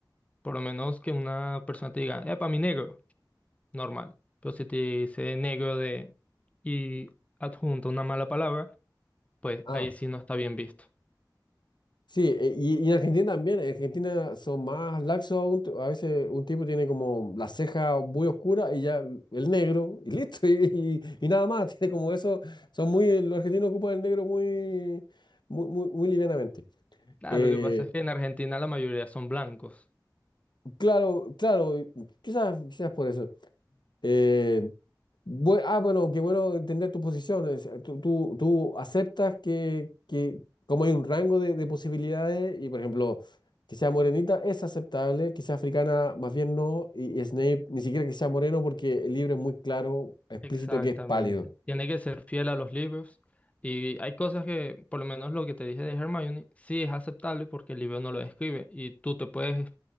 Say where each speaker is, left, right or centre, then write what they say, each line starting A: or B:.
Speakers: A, on the left; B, on the left.
A: Por lo menos que una persona te diga, para mi negro, normal. Pero si te dice negro de y adjunta una mala palabra, pues
B: ah
A: ahí sí no está bien visto.
B: Sí, e- y, y en Argentina también, en Argentina son más laxos, aún, t- a veces un tipo tiene como la ceja muy oscura y ya l- el negro, y listo, <laughs> y, y, y nada más, tiene como eso, son muy, los argentinos ocupan el negro muy, muy, muy, muy livianamente.
A: Nada,
B: Eh,
A: lo que pasa es que en Argentina la mayoría son blancos.
B: claro, claro, y quizás, quizás por eso. Eh, Bue- ah, bueno, qué bueno entender tu posición. es, eh, Tú, tú, tú aceptas que, que como hay un rango de, de posibilidades y, por ejemplo, que sea morenita es aceptable, que sea africana más bien no, y, y Snape ni siquiera que sea moreno porque el libro es muy claro, explícito
A: Exactamente.
B: que es pálido.
A: Tiene que ser fiel a los libros. Y hay cosas que, por lo menos lo que te dije de Hermione, sí es aceptable porque el libro no lo describe. Y tú te puedes